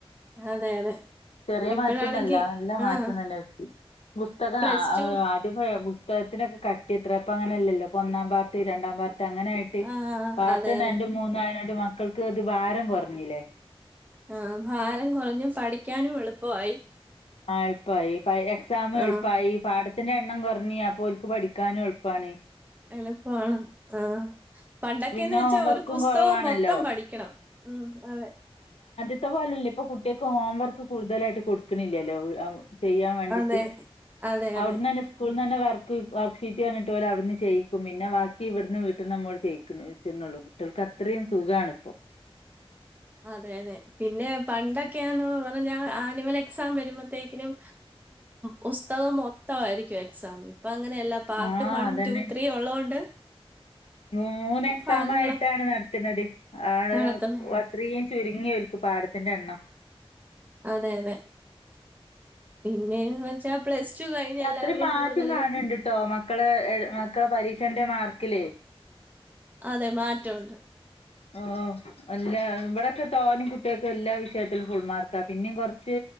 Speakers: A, on the right; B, on the left.
A: അതെ അതെ.
B: ചെറിയ
A: ഇപ്പഴാണെങ്കി
B: മാറ്റമൊന്നും അല്ല നല്ല മാറ്റംന്നല്ല
A: ആഹ്
B: പുസ്തകം
A: പ്ലസ് ടു
B: ആദ്യ പുസ്തകത്തിനൊക്കെ ക ട്ടി ഇത്ര ഇപ്പ അങ്ങനല്ലോ ഒന്നാം പാർട്ട്‌ രണ്ടാം പാർ ട്ട് അങ്ങനെ ആയിട്ട്
A: ആഹ്
B: പാർട്ട്
A: അതെ അതെ.
B: രണ്ടും മൂന്നും ആയേനോ ത് മക്കൾക്ക് അത് ഭാരം കൊർഞ്ഞില്ലേ.
A: ആ ഭാരം കുറഞ്ഞു പഠിക്കാനും എളു പ്പം ആയി
B: ആ എളുപ്പമായി എക്സാം എളുപ്പമായി
A: ആഹ്
B: പാട ത്തിന്റെ എണ്ണം കുറഞ്ഞി അപ്പോലക്ക് പഠിക്കാനും എളുപ്പമാണ്
A: എളുപ്പമാണ് ആ പണ്ടൊക്കെന്ന്
B: പിന്നെ
A: വെച്ചാ
B: ഹോംവർക്കും
A: ഒരു പുസ്തകം
B: കുറവാണല്ലോ
A: മൊത്തം പഠിക്കണം ഉം അതെ
B: ഇത്തെ <unintelligible> പോലെല്ലേ ഇപ്പൊ കുട്ടികൾക്ക് ഹോംവർക്ക് കൂടുതലായിട്ട് കൊടുക്കുന്നില്ലല്ലോ ചെയ്യാൻ വേണ്ടീട്ട്
A: അതെ അതെ അതെ
B: അവിടന്ന് തന്നെ സ്കൂ തന്നെ വർക്ക് വർക്ക്ഷീറ്റ് പറന്നഞ്ഞിട്ട പോലെ അവിടുന്ന് ചെയ്യിക്കും പിന്നെ ബാക്കി ഇവിടുന്ന് വീട്ടിൽ നിന്ന് ചെയ്ക്കും ള്ളൂ കുട്ടികൾക്ക് അത്രയും സുഖാണ് ഇപ്പൊ
A: അതെ അതെ പിന്നെ പണ്ട ക്കെയന്ന് പറഞ്ഞ ആനുവൽ എക്സാം വരുമ്പത്തേക്കിനും പുസ്തകം മൊത്തമായിരിക്കും എക്സാം അങ്ങനെയല്ല പാർട്ട്
B: ആഹ്
A: വൺ
B: അതന്നെ
A: ടു ത്രീ ഉള്ളതുകൊണ്ട്
B: മൂന്ന് എക്സാം
A: ഭാഗങ്ങളൊക്കെ
B: ആയിട്ടാണ് നടത്തുന്നത് ആടെ
A: നടത്തുന്നുള്ളൂ
B: <unintelligible> അത്രയും ചുരുങ്ങിവൽക്ക് <unintelligible> പാടത്തിന്റെ എണ്ണം
A: അതെ അതെ പിന്നെന്ന് വെച്ചാ പ്ലസ് ടു കഴിഞ്ഞ് എല്ലാവരും
B: അത്രയും മാറ്റം
A: കൂടുതല്
B: കാണണ്ട്ട്ടോ മക്കള് മക്കളെ പരീക്ഷന്റെ മാർക്ക് ക്കിലേ
A: അതെ മാറ്റമുണ്ട്
B: ഓ എല്ലാ ഇവിടൊക്കെ തോനേയും കുട്ടികൾക്ക് എല്ലാ വിഷയത്തിലും ഫുൾ മാർക്കാ പിന്നേയും കൊറച്ച്